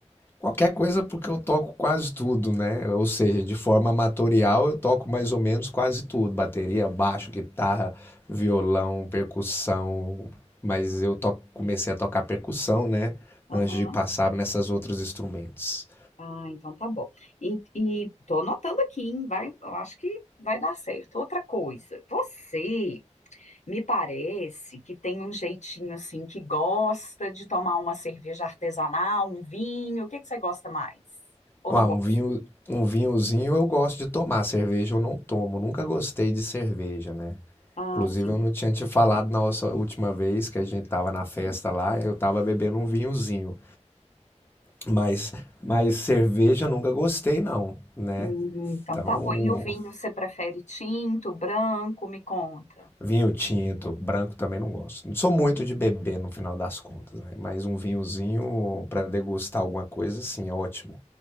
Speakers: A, on the left; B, on the left.
A: Qualquer coisa porque eu toco quase tudo, né? Ou seja, de forma amatorial eu toco mais ou menos quase tudo: bateria, baixo, guitarra, violão, percussão. Mas eu to- comecei a tocar percussão, né?
B: Aham.
A: Antes de passar nessas outros instrumentos.
B: Ah, então tá bom. E, e tô anotando aqui, hein? Vai, eu acho que vai dar certo. Outra coisa, você Me parece que tem um jeitinho assim que gosta de tomar uma cerveja artesanal, um vinho. O que que você gosta mais? Ou
A: Ah,
B: não
A: um
B: gosta?
A: vinho, um vinhozinho eu gosto de tomar, cerveja eu não tomo. Nunca gostei de cerveja, né?
B: Ah,
A: Inclusive
B: sim.
A: eu não tinha te falado na nossa última vez que a gente tava na festa lá, eu tava bebendo um vinhozinho. Mas, mas cerveja nunca gostei, não, né?
B: Hum, Então
A: Então,
B: tá bom. E o vinho, você prefere tinto, branco? Me conta.
A: vinho tinto, branco também não gosto. Não sou muito de beber no final das contas, né? Mas um vinhozinho para degustar alguma coisa, sim, é ótimo.